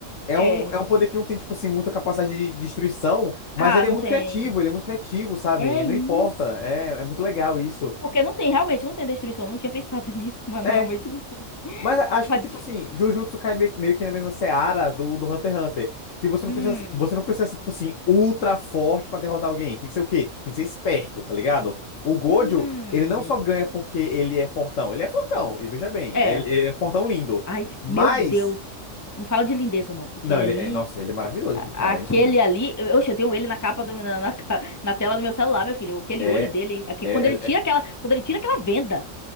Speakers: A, on the left; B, on the left.
A: é
B: é,
A: um, é um poder que não tem, tipo assim, muita capacidade de destruição, mas
B: Ah,
A: ele
B: não
A: é muito
B: tem.
A: criativo, ele é muito criativo, sabe?
B: É
A: Não
B: isso.
A: importa, é, é muito legal isso.
B: Porque não tem, realmente não tem destruição. Não tinha pensado <laughs> nisso, mas
A: É,
B: realmente não tem. <laughs>
A: mas acho
B: Tadinho.
A: que, tipo assim, Jujutsu cai meio, meio que na mesma seara do, do Hunter x Hunter, que você
B: Hum,
A: não precisa, você não precisa ser, tipo assim, ultra forte pra derrotar alguém. Tem que ser o quê? Tem que ser esperto, tá ligado? O Gojo,
B: hum.
A: ele não só ganha porque ele é fortão, ele é fortão, e veja bem,
B: É.
A: né? Ele, ele é fortão lindo.
B: Ai,
A: Mas
B: meu Deus. Não fala de lindeza, não. Porque
A: Não,
B: ele
A: ele
B: ali.
A: é. Nossa, ele é maravilhoso,
B: a-
A: aquele cara.
B: Aquele
A: Enfim.
B: ali. eu- Oxe, eu tenho ele na capa do, na, na, ca- <laughs> na tela do meu celular, meu filho. Aquele
A: É.
B: olho dele. aque-
A: É,
B: quando
A: é,
B: ele tira
A: é
B: aquela, quando ele tira aquela venda.